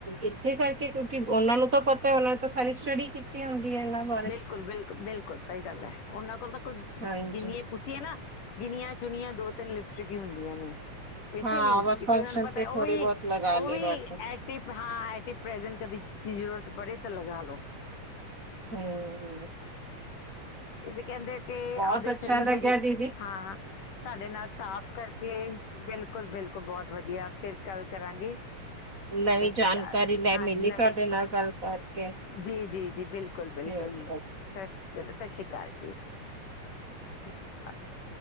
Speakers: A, on the right; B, on the left.
A: ਇਸੇ ਕਰਕੇ ਕਿਉਂਕਿ ਉਹਨਾਂ ਨੂੰ ਤਾਂ ਪਤਾ ਐ। ਉਹਨਾਂ ਨੇ ਤਾਂ ਸਾਰੀ ਸਟੱਡੀ ਕੀਤੀ ਹੁੰਦੀ ਹੈ ਇਹਨਾਂ ਬਾਰੇ।
B: ਬਿਲਕੁਲ ਬਿਲਕੁਲ ਬਿਲਕੁਲ ਸਹੀ ਗੱਲ ਹੈ ਉਹਨਾਂ ਕੋਲ ਤਾਂ ਕੋਈ
A: ਹਾਂਜੀ
B: ਗਿਣਏ ਪੁੱਛੀਏ ਨਾ। ਗਿਨੀਆਂ ਚੁਣੀਆਂ ਦੋ ਤਿੰਨ ਲਿਪਸਟਿਕ ਹੀ ਹੁੰਦੀਆਂ ਨੇ। ਇਸੇ
A: ਹਾਂ
B: ਲਈ
A: ਬਸ
B: ਕਿ
A: ਫੰਕਸ਼ਨ
B: ਉਹਨਾਂ ਨੂੰ ਪਤਾ
A: ਤੇ ਥੋੜ੍ਹੀ
B: ਉਹ ਵੀ
A: ਬਹੁਤ ਲਗਾ
B: ਉਹ
A: ਲਈ
B: ਵੀ
A: ਬਸ
B: ਇਹ ਸਿਰਫ ਹਾਂ ਏਦੀ ਪ੍ਰੇਜੈਂਟ ਕਦੀ ਜ਼ਰੂਰਤ ਪੜੇ ਤਾਂ ਲਗਾ ਲਉ।
A: ਹੂੰ।
B: ਇਹਦੇ ਕਹਿੰਦੇ ਆ ਕਿ
A: ਬਹੁਤ
B: ਆਪਦੇ
A: ਅੱਛਾ
B: ਸਰੀਰ
A: ਲੱਗਿਆ
B: ਨੂੰ
A: ਦੀਦੀ
B: ਹਾਂ ਤੁਹਾਡੇ ਨਾਲ ਸਾਫ ਕਰਕੇ ਬਿਲਕੁਲ ਬਿਲਕੁਲ ਬਹੁਤ ਵਧੀਆ ਫਿਰ ਕੱਲ ਕਰਾਂਗੇ।
A: ਨਵੀਂ
B: ਸਤਿ ਸ਼੍ਰੀ
A: ਜਾਣਕਾਰੀ
B: ਅਕਾਲ
A: ਲੈ
B: ਹਾਂ
A: ਮਿਲੀ
B: ਨਵੇਂ
A: ਤੁਹਾਡੇ ਨਾਲ ਗੱਲ ਕਰਕੇ।
B: ਜੀ- ਜੀ- ਜੀ ਬਿਲਕੁਲ- ਬਿਲਕੁਲ
A: ਹਮ,
B: ਸਲ ਸਤਿ ਸ਼੍ਰੀ ਅਕਾਲ ਜੀ। <unintelligible>